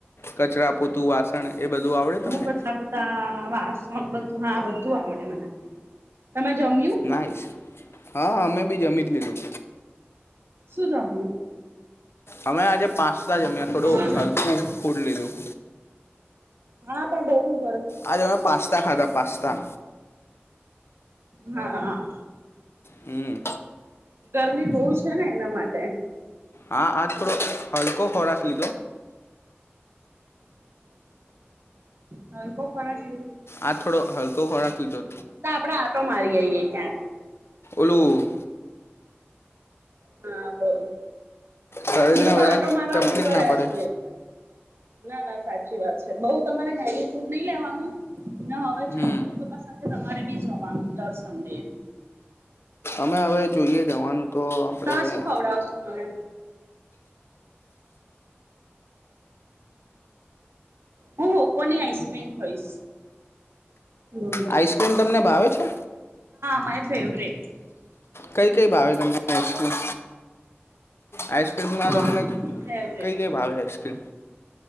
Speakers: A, on the left (about 70°); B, on the right (about 65°).
A: કચરા પૂતું વાસણ એ બધું આવડે
B: હું
A: તમને
B: કચરા પોતા વાસણ બધું હા બધું આવડે મને તમે જમ્યું
A: ના હા અમે બી જમી લીજું
B: શું જામ્યું
A: અમે આજે પાંચ બ જ અમે થોડો
B: શું જમ્યું
A: હલકું ફૂડ લીધું
B: હા પણડવ
A: આજે તમે પાસ્તા ખાતા પસ્તા
B: હા
A: હમ
B: ગરમી બહુ છે ને એના માટે
A: હા આજ થોડો હલકો ખોરાક <inaudible>
B: હવે કો ફરાટ લીધું
A: આજ થોડો હલકો ઘો રાખ તો.
B: તો આપડે ઓટો મારી આવીઈએે ક્યાંક.
A: ઓલું
B: હા બો.
A: શરીરને
B: અમે લોકો
A: વધારે
B: આંટો મારવા
A: તકલીફ
B: નીકળ્યા
A: ના પડે
B: છીએ એટલે. ના ના સાચી વાત છે બઉ તમારે હેવી ફૂડ નહી લેવાનું. ના હવે છે
A: હમ
B: મમ્મી પપ્પા સાથે તો મારે બીજું હવાનું દર્શન દે.
A: અમે હવે જોઈએ જવાનું તો આપણે
B: ત શું ખવડાવશો મને. હું કોની આઈસક્રીમ ખાઈશ. હમ
A: આઈસ્ક્રીમ તમને ભાવે છે.
B: મા ફેવટ.
A: કઈ કઈ ભાવે તમ આઈસક્રીમ આઈસ્ક્રીમમાં
B: હા
A: તમને
B: ફેવરેટ
A: કઈ કઈ ભાવે આઈસક્રીમ.